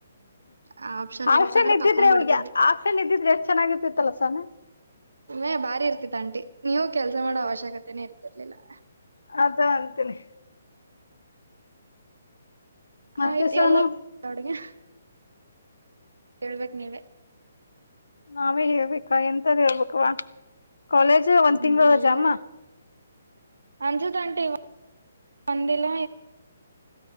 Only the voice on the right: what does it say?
ಆ ಆಪ್ಷನ್
ಇದಿತ್ತಂದ್ರೆ
ತಕೊಂಡ್ಬಿಡ್ತಿದ್ದೆ
ಏಯ್ ಬಾರಿ ಇರ್ತಿತ್ ಅಂಟಿ ನೀವು ಕೆಲ್ಸ ಮಾಡೋ ಅವಶ್ಯಕತೆನೇ ಇರ್ತಿರ್ಲಿಲ್ಲಾ.
ಆಯ್ತು
ಎಲ್ಲಡ್ಗೆ ಹೇಳ್ಬೇಕ ನೀವೇ
ಹ್ಮ್,
ಏನೇನಅಂಜದಂಟೆ <unintelligible> ಬಂದಿಲ್ಲ